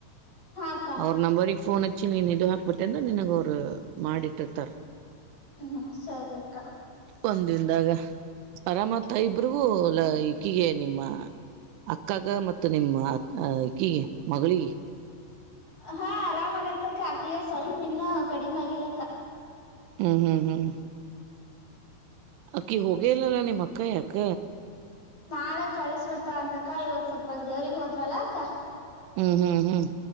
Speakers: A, on the left; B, on the right.
A: ಹಾ ಅಕ್ಕ
B: ಅವರ ನಂಬರ್ ಇ ಪೋನ ಚ್ಚಿ ನೀನ್ ಇದು ಹಾಕ್ಬಿಟ್ಟೆ ಅ್ರ ನಿನಗ ಅವ್ರು ಮಾಡಿಟ್ಟಿರ್ತಾರ
A: ಹ್ಮ ಸರಿ ಅಕ್ಕಾ
B: ಒಂದಿನದಾಗ ಪರಮತ ಇಬ್ರಗೂ ಎಲ್ಲ ಈಕಿಗೆ ನಿಮ್ಮ ಅಕ್ಕಗ ಮತ್ತ ನಿಮ್ಮ ಈಕೀಗೆ ಮಗಳಿಗೆ
A: ಹಾ ಆರಾಮಾಗೈತಕ್ಕ ಆಕಗ ಸ್ವಲ್ಪ ಇನ್ನು ಕಡಿಮೆ ಆಗಿಲ್ಲಕ್ಕ
B: ಹ್ಮ್ ಹ್ಮ್ ಹ್ಮ್ ಅಕ್ಕಿ ಹೋಗೆಲ್ಲಲ್ಲ ನಿಮ್ಮ್ ಅಕ್ಕ ಯಾಕ
A: ನಾಳ ಕಳಿಸ ಬರ್ತಾ ಅಂತಕ್ಕ ಇವತ್ ಸ್ವಲ್ಪ ಅ ದೇವ್ರಗ್ ಹೋದ್ರಲ್ಲಾ ಅಕ್ಕ
B: ಹ್ಮ್ ಹ್ಮ್ ಹ್ಮ್